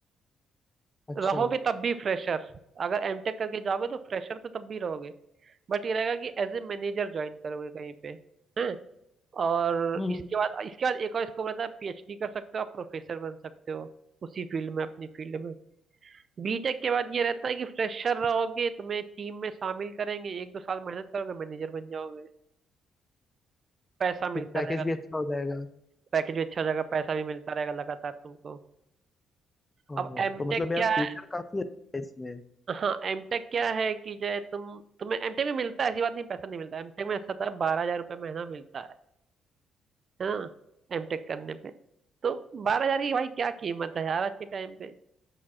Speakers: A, on the left (about 20°); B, on the right (about 45°).
A: अच्छा
B: रहोगे तब भी फ्रेशर अगर एमटेक करके जाओगे तो फ्रेशर तो तब भी रहोगे बट ये रहेगा कि एज ए मैनेजर ज्वाइन करोगे कहीं पे हैं और
A: हम्म
B: इसके
A: हम्म।
B: बाद इसके बाद एक और स्कोप रहता है पीएचडी कर सकते हो आप प्रोफेसर बन सकते हो उसी फील्ड में अपनी फील्ड में बीटेक के बाद ये रहता है कि फ्रेशर रहोगे तुम्हें टीम में शामिल करेंगे एक दो साल मेहनत करोगे मैनेजर बन जाओगे पैसा मिलता
A: फिर पैकेज
B: रहेगा तो
A: भी अच्छा हो जाएगा
B: पैकेज भी अच्छा हो जाएगा पैसा भी मिलता रहेगा लगातार तुमको
A: ओह,
B: अब एमटेक
A: तो मतलब यार
B: क्या
A: फ्यूचर
B: है
A: काफी अच्छा है इसमें
B: हाँ एमटेक क्या है कि जो है तुम तुम्हें एमटेक में मिलता है ऐसी बात नहीं पैसा नहीं मिलता एमटेक में ऐसा था बारह हजार रुपये महीना मिलता है है ना एमटेक करने पे तो बारह हजार की भाई क्या कीमत है यार आज के टाइम पे